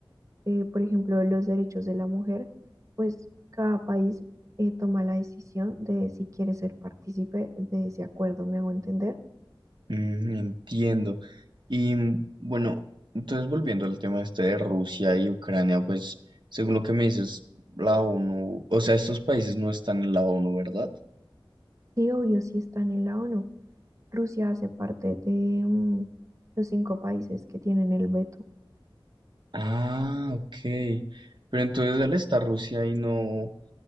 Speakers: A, on the right; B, on the right.
A: eh, por ejemplo, los derechos de la mujer, pues cada país eh, toma la decisión de si quiere ser partícipe de ese acuerdo, me hago entender.
B: Mm, entiendo. Y mm, bueno, entonces volviendo al tema este de Rusia y Ucrania, pues según lo que me dices, la ONU, o sea, estos países no están en la ONU, ¿verdad?
A: Y obvio, si están en la ONU, Rusia hace parte de mm, los cinco países que tienen el veto.
B: Ah, ok. Pero entonces al estar Rusia ahí no...